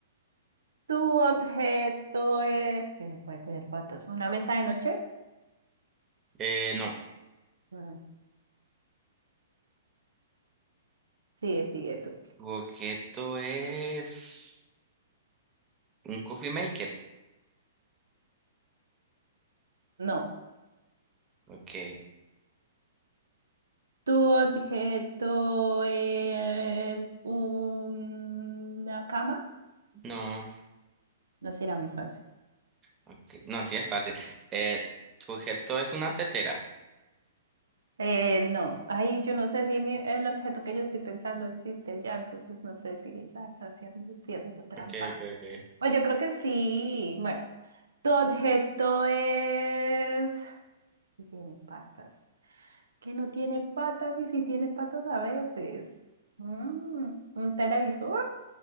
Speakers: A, on the right; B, on the right.
A: ¿Tu objeto es que no puede tener patas? ¿Una mesa de noche?
B: Eh, no.
A: Ah, sigue, sigue tú.
B: Tu objeto es un coffee maker.
A: No.
B: Ok.
A: ¿Tu objeto es una cama?
B: No.
A: No será muy fácil.
B: Ok. No, así es fácil. Eh, tu objeto es una tetera.
A: Eh, no, ahí yo no sé si mi- el objeto que yo estoy pensando existe ya, entonces no sé si la está haciendo, estoy haciendo trampa.
B: Ok, ok, ok.
A: O yo creo que sí. Bueno, tu objeto es... sí Tiene patas. Que no tiene patas y sí tiene patas a veces. Mm, ¿un televisor?